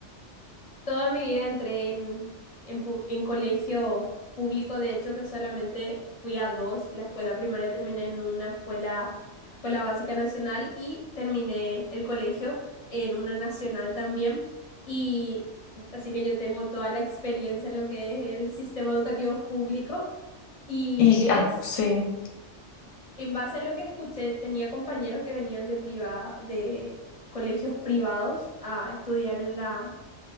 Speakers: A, on the left; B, on the left.
A: Toda mi vida entré en, en, pu- en colegio público, de hecho que solamente fui a dos. La escuela primaria terminé en una escuela, la Escuela Básica Nacional, y terminé el colegio en una nacional también. Y así que yo tengo toda la experiencia en lo que es el sistema educativo público. Y
B: Y,
A: es,
B: ah, sí,
A: en base a lo que escuché, tenía compañeros que venían de privada, de colegios privados a estudiar en la